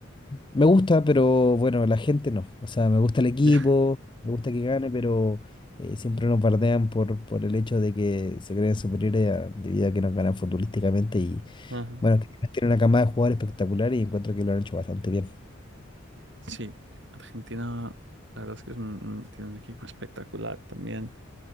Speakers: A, on the left (about 25°); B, on the right (about 60°).
A: Me gusta, pero bueno, la gente no. O sea, me gusta el equipo,
B: <laughs> Ya.
A: me gusta que gane, pero eh, siempre nos bardean por, por el hecho de que se creen superiores a- debido a que nos ganan futbolísticamente. Y
B: Ajá.
A: bueno, que tiene una camada de jugadores espectacular y encuentro que lo han hecho bastante bien.
B: Sí, Argentina, la verdad es que es un- un- tiene un equipo espectacular también.